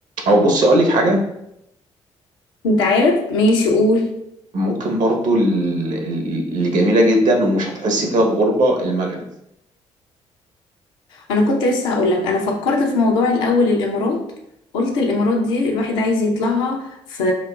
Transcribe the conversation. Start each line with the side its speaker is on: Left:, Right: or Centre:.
Right: او بصي اقول لك حاجه
Left: انت عارف ماشي قول
Right: ممكن برضو ال- ال- اللي جميله جدا ومش هتحسي فيها بغربه المغرب
Left: انا كنت لسه هقول لك انا فكرت في موضوع الاول الامارات قلت الامارات دي الواحد عايز يطلعها في